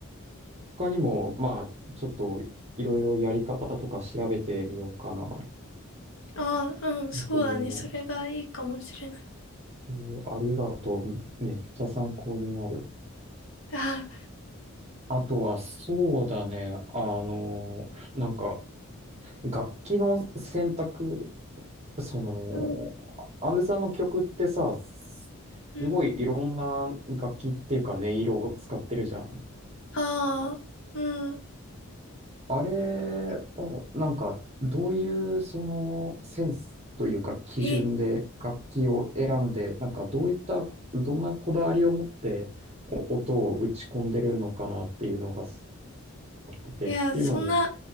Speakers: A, on the right (about 30°); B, on the left (about 65°).
A: 他にも、まあ、ちょっと、いろいろやり方とか調べてみようかな。
B: ああ、うん、
A: 僕も、
B: そうだね。それがいいかもしれない。
A: えーありがとう。めっちゃ参考になる。
B: あ
A: あとは、そうだね。あの、なんか、楽器の選択、その、
B: あ、うん、
A: アンデさんの曲ってさ、すごいいろんな楽器っていうか音色を使ってるじゃん。
B: うん、ああ、うん。
A: あれを、なんか、どういう、その、センスというか、基準で楽器を選んで、
B: え、
A: なんか、どういった、どんなこだわりを持って、お音を打ち込んでるのかなっていうのが、ってて、
B: いや、
A: っていうのも、
B: そんな